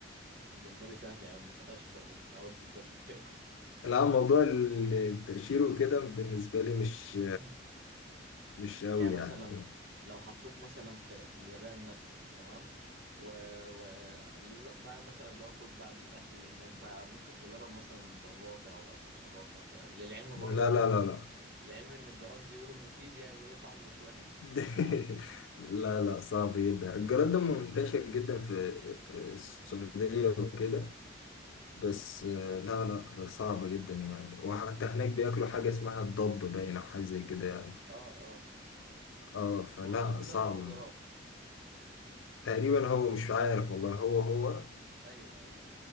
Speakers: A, on the right; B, on the left.
A: يا عم الجمبري سهل يا عم تقشر وبتاع وتفضل تاكل <laughs>
B: لا موضوع التأشير وكده بالنسبة لي مش
A: <clears throat>
B: مش قوي
A: يعني مثلا
B: يعني
A: لو حطوك مثلا في في اليابان مثلا تمام وقالوا لك بقى مثلا اللي هو كل بقى من الاكل اللي هناك بقى ممكن تجرب مثلا الضفادع ولا الحشرات او كده للعلم
B: لا
A: برضه ان
B: لا
A: الجر
B: لا لا
A: للعلم ان الجراد بيقولوا مفيد يعني بيقولوا طعمه مش وحش
B: <laughs>
A: مش عارف
B: لا لا صعب جدا الجراد ده منتشر جدا في في السعودية وكده بس لا لا لا، صعب جدا يعني وحتى هناك بياكلوا حاجة اسمها الضب باين أو حاجة زي كده يعني
A: اه اه
B: اه فلا
A: ما هو الضب
B: صعب
A: ده اللي هو الجراد
B: تقريبا هو مش عارف والله هو هو
A: ايوه ايوه